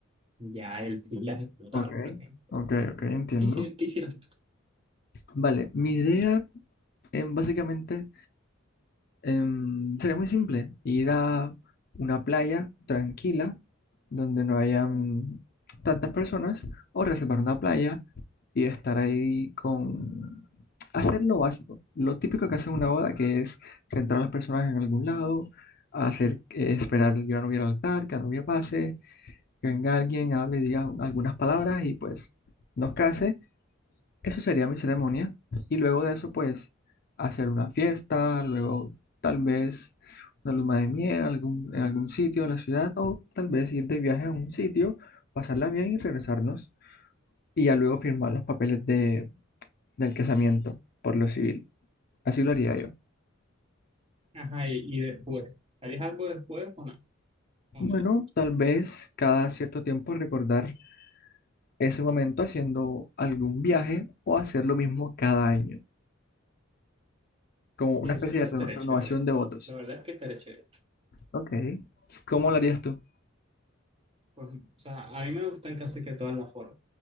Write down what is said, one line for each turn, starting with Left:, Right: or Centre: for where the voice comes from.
Right: ya el viaje como
Left: Ok.
Right: tal, por ejemplo.
Left: Ok, ok, entiendo.
Right: ¿Qué, hici- qué hicieras tú?
Left: Vale, mi idea em, básicamente em, sería muy simple, ir a una playa tranquila donde no hayan tantas personas o reservar una playa y estar ahí con hacer lo básico, lo típico que hace una boda, que es centrar a las personas en algún lado, hacer eh, esperar que la novia al altar, que la novia pase, que venga alguien, hable diga algunas palabras y pues nos case. Eso sería mi ceremonia. Y luego de eso, pues hacer una fiesta, luego tal vez una luna de miel algún, en algún sitio de la ciudad o tal vez ir de viaje a un sitio, pasarla bien y regresarnos y ya luego firmar los papeles de, del casamiento por lo civil. Así lo haría yo.
Right: Ajá, y, y después, ¿harías algo después o no? Con
Left: Bueno,
Right: él.
Left: tal vez cada cierto tiempo recordar ese momento haciendo algún viaje o hacer lo mismo cada año. como una
Right: Eso,
Left: especie
Right: eso
Left: de reno-
Right: estaría
Left: renovación
Right: chévere.
Left: de votos.
Right: La verdad es que estaría chévere.
Left: Ok. ¿Cómo lo harías tú?
Right: Por- o sea, a mí me gustan casi que todas las formas.